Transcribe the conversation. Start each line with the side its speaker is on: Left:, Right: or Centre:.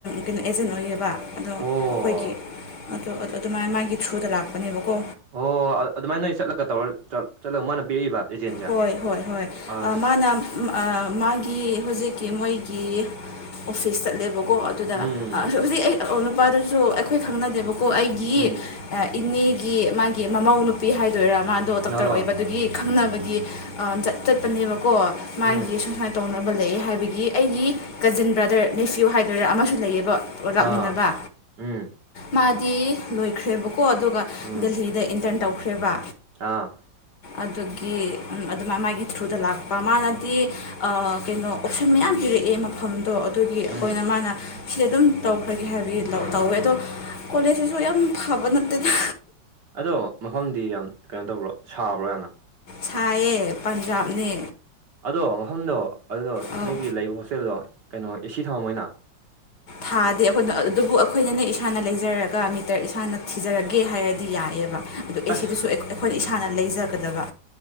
Left: ꯀꯩꯅꯣ ꯑꯦꯖꯦꯟ ꯑꯣꯏꯌꯦꯕ ꯑꯗꯣ
Right: ꯑꯣ
Left: ꯑꯩꯈꯣꯏꯒꯤ ꯑꯗꯣ ꯑꯗꯨꯃꯥꯏꯅ ꯃꯥꯒꯤ ꯊ꯭ꯔꯨꯗ ꯂꯥꯛꯄꯅꯦꯕꯀꯣ
Right: ꯑꯣ ꯑꯗꯨꯥꯏꯅ ꯆꯠꯂꯒ ꯇꯧꯔ ꯆꯠꯂꯒ ꯃꯥꯅ ꯄꯤꯔꯛꯏꯕ ꯑꯦꯖꯦꯟꯁꯦ
Left: ꯍꯣꯏ ꯍꯣꯏ ꯍꯣꯏ
Right: ꯑꯁ
Left: ꯃꯥꯅ ꯃꯥꯒꯤ ꯍꯧꯖꯤꯛꯀꯤ ꯃꯣꯏꯒꯤ ꯑꯣꯐꯤꯁ ꯆꯠꯂꯦꯕꯀꯣ ꯀꯣ ꯑꯗꯨꯗ
Right: ꯎꯝ
Left: ꯍꯧꯖꯤꯛ ꯑꯩ ꯅꯨꯄꯥꯗꯨꯁꯨ ꯑꯩꯈꯣꯏ ꯈꯪꯅꯗꯦꯕꯀꯣ ꯑꯩꯒꯤ
Right: ꯎꯝ
Left: ꯏꯅꯦꯒꯤ ꯃꯥꯒꯤ ꯃꯃꯧ ꯅꯨꯄꯤ ꯍꯥꯏꯗꯣꯏꯔꯥ ꯃꯥꯗꯣ ꯗꯣꯛꯇꯔ
Right: ꯑ
Left: ꯑꯣꯏꯕꯗꯨꯒꯤ ꯈꯪꯅꯕꯒꯤ ꯍꯥꯏꯗꯤ ꯆꯠꯄꯅꯦꯕꯀꯣ ꯃꯥꯒꯤ
Right: ꯎꯝ
Left: ꯁꯨꯝ ꯁꯨꯃꯥꯏꯅ ꯇꯧꯅꯕ ꯂꯩ ꯍꯥꯏꯕꯒꯤ ꯑꯩꯒꯤ ꯀꯖꯤꯟ ꯕ꯭ꯔꯗꯔ ꯅꯅꯤꯐꯤꯌꯨ ꯍꯥꯏꯗꯣꯏꯔꯥ ꯑꯃꯁꯨ ꯂꯩꯌꯦꯕ
Right: ꯑꯥ
Left: ꯂꯥꯛꯃꯤꯟꯅꯕ
Right: ꯎꯝ
Left: ꯃꯥꯗꯤ ꯂꯣꯏꯈ꯭ꯔꯦꯕꯀꯣ ꯑꯗꯨꯒ
Right: ꯎꯝ
Left: ꯗꯦꯍꯤꯗ ꯏꯟꯇꯔꯟ ꯇꯧꯈ꯭ꯔꯦꯕ
Right: ꯑꯥ
Left: ꯑꯗꯨꯒꯤ ꯑꯗꯨꯃꯥꯏ ꯃꯥꯒꯤ ꯊ꯭ꯔꯨꯗ ꯂꯥꯛꯄ ꯃꯥꯅꯗꯤ ꯀꯩꯅꯣ ꯑꯣꯞꯁꯟ ꯃꯌꯥꯝ ꯄꯤꯔꯛꯑꯦ ꯃꯐꯝꯗꯣ ꯑꯗꯨꯒꯤ ꯑꯩꯈꯣꯏꯅ
Right: ꯎꯝ
Left: ꯃꯥꯅ ꯁꯤꯁꯦ ꯑꯗꯨꯝ ꯇꯧꯈ꯭ꯔꯒꯦ ꯍꯥꯏꯕꯒꯤ ꯇꯧꯋꯦ ꯑꯗꯣ ꯀꯣꯂꯦꯖꯁꯤꯁꯨ ꯌꯥꯝ ꯐꯕ ꯅꯠꯇꯦꯅ
Right: ꯑꯗꯣ ꯃꯐꯝꯗꯤ ꯌꯥꯝ ꯀꯩꯅꯣ ꯇꯧꯕ꯭ꯔꯣ ꯁꯥꯕ꯭ꯔꯣ ꯌꯥꯝꯅ
Left: ꯁꯥꯏꯌꯦ ꯄꯟꯖꯥꯕꯅꯦ
Right: ꯑꯗꯣ ꯃꯐꯝꯗꯣ ꯑꯗꯨꯗꯣ
Left: ꯑꯧ
Right: ꯅꯣꯏꯒꯤ ꯂꯩꯕ ꯍꯣꯁꯇꯦꯜꯗꯣ ꯀꯩꯅꯣ ꯑꯦꯁꯤ ꯊꯝꯃꯝꯃꯣꯏꯅ
Left: ꯊꯥꯗꯦ ꯑꯩꯈꯣꯏꯅ ꯑꯗꯨꯕꯨ ꯑꯩꯈꯣꯏꯅꯅꯦ ꯏꯁꯥꯅ ꯂꯩꯖꯔꯒ ꯃꯤꯇꯔ ꯏꯁꯥꯅ ꯊꯤꯖꯔꯒꯦ ꯍꯥꯏꯔꯗꯤ ꯌꯥꯏꯑꯦꯕ ꯑꯗꯣ ꯑꯦ
Right: ꯑꯁ
Left: ꯁꯤꯗꯁꯨ ꯑꯩꯈꯣꯏꯅ ꯏꯁꯥꯅ ꯂꯩꯖꯒꯗꯕ